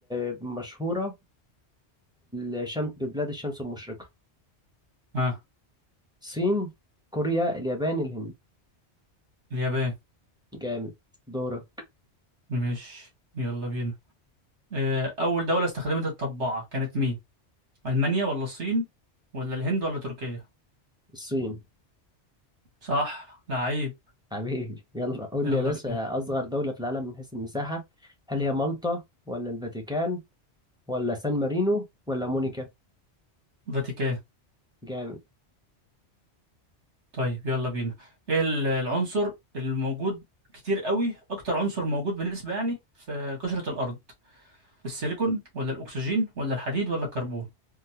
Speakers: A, in the centre; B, on the right (about 70°).
A: المشهورة الشمس ببلاد الشمس المشرقة
B: ها
A: الصين كوريا اليابان الهند
B: اليابان
A: جامد دورك
B: ماشي يلا بينا آه، أول دولة استخدمت الطباعة كانت مين؟ ألمانيا ولا الصين ولا الهند ولا تركيا
A: الصين
B: صح لعيب
A: حبيبي يلا قول
B: يلا
A: لي يا باشا
B: بينا
A: أصغر دولة في العالم من حيث المساحة هل هي مالطا ولا الفاتيكان ولا سان مارينو ولا مونيكا
B: فاتيكان
A: جامد
B: طيب يلا بينا ايه ال- العنصر الموجود كتير قوي اكتر عنصر موجود بالنسبة يعني في قشرة الارض السيليكون ولا الاكسجين ولا الحديد ولا الكربون